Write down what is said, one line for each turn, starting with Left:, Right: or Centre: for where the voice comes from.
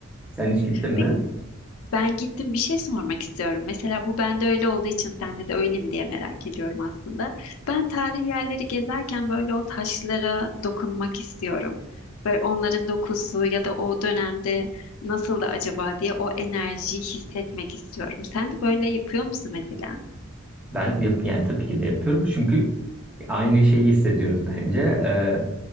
Centre: Sen hiç gittin mi?
Left: Peki ben gittim bir şey sormak istiyorum. Mesela bu bende öyle olduğu için sende de öyle mi diye merak ediyorum aslında. Ben tarihi yerleri gezerken böyle o taşlara dokunmak istiyorum. Böyle onların dokusu ya da o dönemde Nasıl da acaba diye o enerjiyi hissetmek istiyorum. Sen de böyle yapıyor musun mesela?
Centre: Ben yap yani tabii ki de yapıyorum. Çünkü aynı şeyi hissediyoruz bence. E,